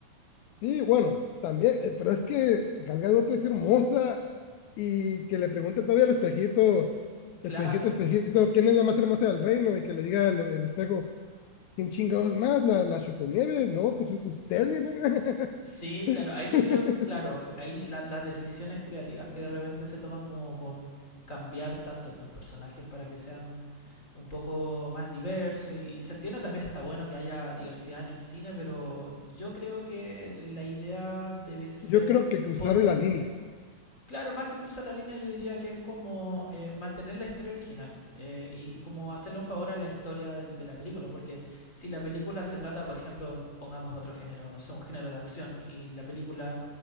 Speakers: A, on the left; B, on the left.
A: Sí, bueno, también, eh, pero es que Gal Gadot es hermosa y que le pregunte todavía al espejito, espejito,
B: Claro,
A: espejito, ¿quién es la más hermosa del reino? Y que le diga el, el espejo, ¿quién chingados más? ¿La, la Choconieves? No,
B: sí.
A: pues u- usted, mi reina.
B: Sí, claro, ahí yo
A: <laughs>
B: creo que, claro, ahí la- las decisiones creativas que de repente se toman como con cambiar tanto estos personajes para que sean un poco más diversos y, y se entiende también está bueno que haya diversidad en el cine, pero yo creo que la idea debe ser
A: Yo creo que cruzaron
B: poder,
A: la línea.
B: Claro, más que cruzar la línea, yo diría que es como eh, mantener la historia original eh, y, y como hacerle un favor a la historia del- de la película, porque si la película se trata, por ejemplo, pongamos otro género, no sé, un género de acción, y la película